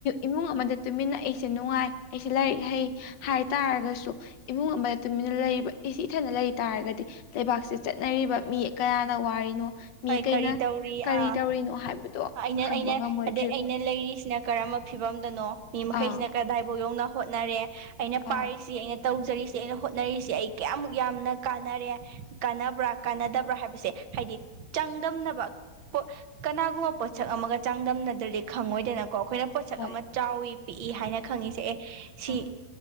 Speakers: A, on the left (about 65°); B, on the right (about 75°).
A: ꯏꯃꯨꯡ ꯑꯃꯗ ꯇꯨꯃꯤꯟꯅ ꯑꯩ ꯑꯩꯁꯦ ꯅꯨꯡꯉꯥꯏ ꯑꯩꯁꯦ ꯂꯥꯏꯔꯤꯛ ꯍꯩ ꯍꯥꯏ ꯇꯥꯔꯒꯁꯨ ꯏꯃꯨꯡ ꯑꯃꯗ ꯇꯨꯃꯤꯟꯅ ꯂꯩꯔꯤꯕ ꯑꯩꯁꯤ ꯏꯊꯟꯗ ꯂꯩꯇꯥꯥꯔꯒꯗꯤ ꯂꯩꯕꯥꯛꯁꯤ ꯆꯠꯅꯔꯤꯕ ꯃꯤ ꯀꯌꯥꯅ ꯋꯥꯔꯤꯔꯤꯅꯣ ꯃꯤ
B: ꯍꯣꯏ
A: ꯀꯩꯅ
B: ꯀꯔꯤ ꯇꯧꯔꯤ
A: ꯀꯔꯤ
B: ꯑꯥ
A: ꯇꯧꯔꯤꯅꯣ ꯍꯥꯏꯕꯗꯣ
B: ꯑꯩꯅ
A: ꯈꯪꯕ
B: ꯑꯩꯅ
A: ꯉꯝꯃꯣꯏ
B: ꯑꯗꯩ ꯑꯩꯅ ꯂꯩꯔꯤꯁꯤꯅ ꯀꯔꯝꯕ ꯐꯤꯕꯝꯗꯅꯣ ꯃꯤ ꯃꯈꯩꯁꯤꯅ
A: ꯑꯥ
B: ꯀꯗꯥꯏꯐꯥꯎ ꯌꯧꯅ ꯍꯣꯠꯅꯔꯦ ꯑꯩꯅ ꯄꯥꯏꯔꯤꯁꯤ
A: ꯑꯥ
B: ꯑꯩꯅ ꯇꯧꯖꯔꯤꯁꯦ ꯑꯩꯅ ꯍꯣꯠꯅꯔꯤꯁꯦ ꯑꯩ ꯀꯌꯥꯃꯨꯛ ꯌꯥꯝꯅ ꯀꯥꯟꯅꯔꯦ ꯀꯥꯟꯅꯕ꯭ꯔꯥ ꯀꯥꯟꯅꯗꯕ꯭ꯔꯥ ꯍꯥꯏꯕꯁꯦ ꯍꯥꯏꯗꯤ ꯆꯥꯡꯗꯝꯅꯕ ꯄꯣ ꯀꯅꯥꯒꯨꯝꯕ ꯄꯣꯠꯁꯛ ꯑꯃꯒ ꯆꯥꯡꯗꯝꯅꯗ꯭ꯔꯗꯤ ꯈꯪꯉꯣꯏꯗꯅꯀꯣ ꯑꯩꯈꯣꯏꯅ ꯄꯣꯠꯁꯛ
A: ꯍꯣꯏ
B: ꯑꯃ ꯆꯥꯎꯋ ꯄꯤꯛꯏ ꯍꯥꯏꯅ ꯈꯪꯉꯤꯁꯦ ꯑꯦ ꯁꯤ
A: ꯑꯥ